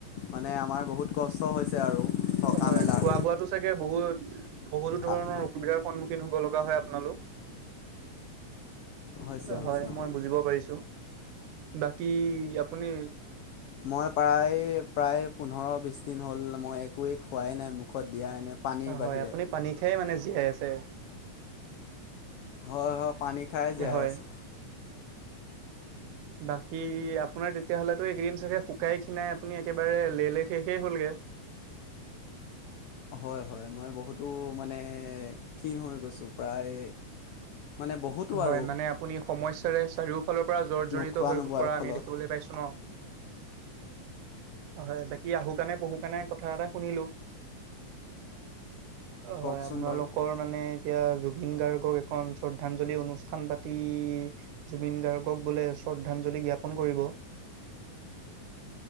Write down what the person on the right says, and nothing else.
হয়
খোৱা বোৱাতো চাগে বহুত বহুতো ধৰণৰ
অসুবিধাৰ সন্মুখীন হব লগা হয় আপোনালোক
হয়
মই বুজিব পাৰিছো বাকী আপুনি
হয় আপুনি পানী খাই মানে জীয়াই আছে
হয়।
বাকী আপোনাৰ তেতিয়া হলেতো এইকেইদিন দিন চাগে শুকাই খিনাই আপুনি একেবাৰে লেলে শেষে হ'লগে।
হয়
মানে আপুনি সমস্যা চাৰিওপ ফালৰ পৰা জৰ
জৰিত হৈ
পৰা
আমি দেখিবলৈ পাইছো ন। হয় বাকী আহো কাণে পহু মানে কথা এটা শুনিলো
হয়, আপোনালোকৰ
মানে। এতিয়া জুবিন গাৰ্গক এখন শ্ৰ শ্ৰদ্ধাঞ্জলি অনুষ্ঠান পাতি জুবিন গাৰ্গক বোলে শ্ৰদ্ধাঞ্জলি জ্ঞাপন কৰিব।